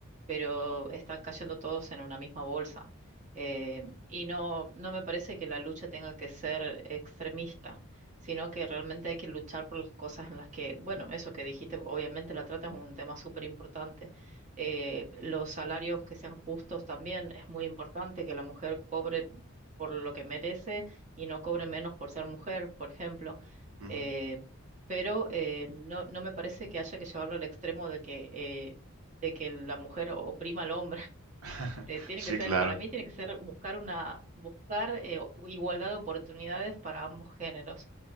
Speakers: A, on the right (about 35°); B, on the right (about 80°).
A: pero están cayendo todos en una misma bolsa. Eh, y no, no me parece que la lucha tenga que ser extremista, sino que realmente hay que luchar por las cosas en las que, bueno, eso que dijiste, obviamente la trata es un tema súper importante. Eh, los salarios que sean justos también es muy importante que la mujer cobre por lo que merece y no cobre menos por ser mujer, por ejemplo.
B: Ujú.
A: Eh, pero eh, no, no me parece que haya que llevarlo al extremo de que eh, de que la mujer oprima al hombre. <laughs>
B: <laughs>
A: Eh, tiene
B: Sí,
A: que ser,
B: claro.
A: para mí tiene que ser buscar una, buscar eh, o- igualdad de oportunidades para ambos géneros